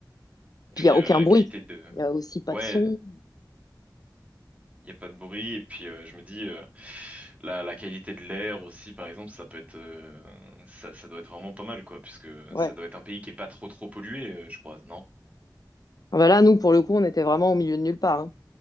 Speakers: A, on the left; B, on the right.
A: Puis
B: puis
A: il y a
B: euh,
A: aucun
B: la
A: bruit.
B: qualité de
A: Il y a aussi pas
B: ouais,
A: de son.
B: il y a pas de bruit et puis euh, je me dis euh, la la qualité de l'air aussi par exemple, ça peut être euh, ça ça doit être vraiment pas mal quoi puisque
A: Ouais.
B: ça doit être un pays qui est pas trop trop pollué euh, je crois, non?
A: Ah bah là nous pour le coup on était vraiment au milieu de nulle part. hein.